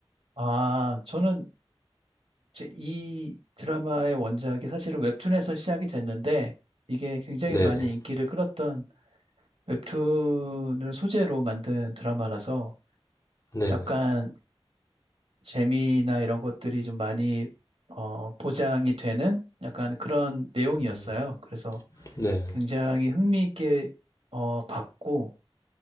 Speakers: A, on the right (about 80°); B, on the left (about 35°).
A: 아, 저는 이제 이 드라마의 원작이 사실은 웹툰에서 시작이 됐는데, 이게 굉장히
B: 네네.
A: 많이 인기를 끌었던 웹툰을 소재로 만든 드라마라서
B: 네네.
A: 약간 재미나 이런 것들이 좀 많이 어, 보장이 되는 약간 그런 내용이었어요.
B: 음,
A: 그래서
B: 네.
A: 굉장히 흥미있게 어, 봤고